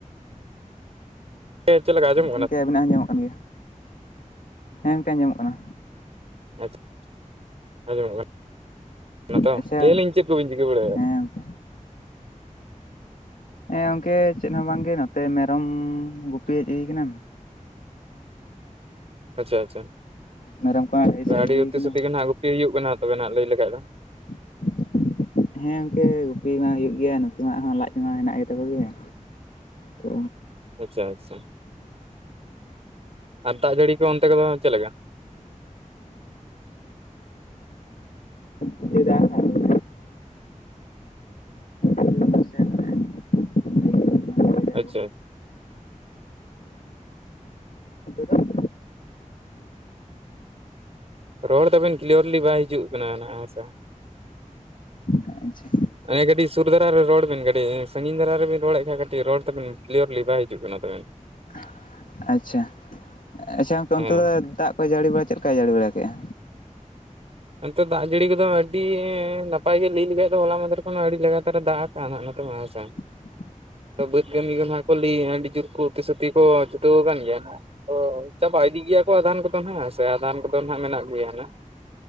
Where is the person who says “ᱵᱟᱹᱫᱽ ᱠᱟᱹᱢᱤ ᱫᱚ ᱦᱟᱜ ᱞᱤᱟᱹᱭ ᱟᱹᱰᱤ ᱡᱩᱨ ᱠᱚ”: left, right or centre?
Right